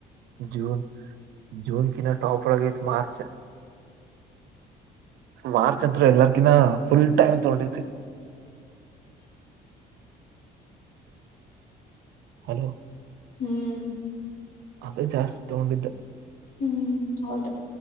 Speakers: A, on the right; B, on the left.
A: ಜನ್ ಜುನ್ ಕಿನ ಟಪರಗೀತ ಮಾರ್ಚ್ ಮಾರ್ಚ್ ಅಂತರು ಎಲ್ಲಾರ್ಕನ್ನ ಫುಲ್ ಟೈಮ್ ತಗೊಂಡೈತೆ
B: <unintelligible>
A: ಹಲೋ
B: ಹ್ಮ್
A: ಅದೇ ಜಾಸ್ತಿ ತಗೊಂಡಿದ್ದೆ
B: ಹ್ಮ್ ಹೌದು